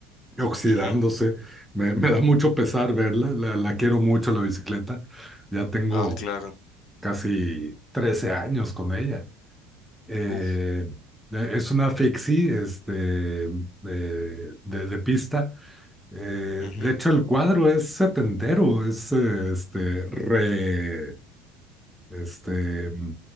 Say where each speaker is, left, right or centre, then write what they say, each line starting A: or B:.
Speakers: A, in the centre; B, on the left.
A: oxidándose.
B: Ujú.
A: Me, me da mucho pesar verla, la, la quiero mucho la bicicleta. Ya tengo
B: Ah, claro.
A: casi 13 años con ella. Eh,
B: Uf.
A: eh, es una fixie, este, de, de- de pista. Eh,
B: ujú.
A: de hecho, el cuadro es setentero, es eh, este, re, este,